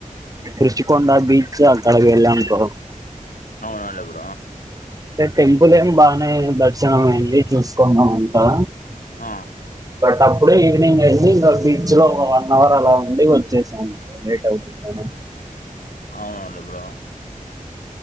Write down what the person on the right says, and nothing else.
రుషికొండ బీచ్ అక్కడకి వెళ్ళాం బ్రో
ఏ టెంపుల్ ఏం బాగానే దర్శనం అయింది చూసుకున్నాం అంతా
బట్ అప్పుడే ఈవినింగ్ అయింది ఇంగా బీచ్ లో ఒక వన్ అవర్ అలా ఉండి వచ్చేసాము లేట్ అవుతుంది గదా